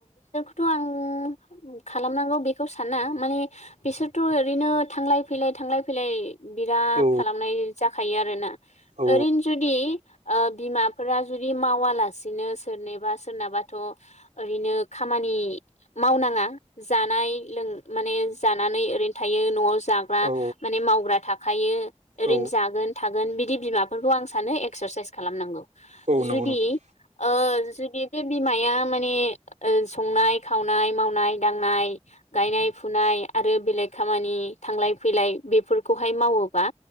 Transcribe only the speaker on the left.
थ' आङो खालामनांगौ बेखौ साना माने बिसोरथ' ओरैनो थांलाय फैलाय थांलाय फैलाय बिराद
खालामनाय जाखायो आरोना।
ओरैनो जुदि ओ बिमाफोरा जुदि मावालासिनो सोरनिबा सोरनाबाथ' ओरैनो खामानि मावनाङा जानाय लों माने जानानै ओरैनो थायो न'आव जाग्रा
माने मावग्रा थाखायो ओरैनो
जा गोन‌ थागोन बिदि बिमा बिफाखौ आं सानो एक्सारसाइस खालामनांगौ।
जुदि
ओ जुदि बे बिमाया माने ओ संनाय खावनाय मावनाय दांनाय गाय नाय फुनाय आरो बेलेग खामानि थांलाय फैलाय बेफोरखौहाय मावोबा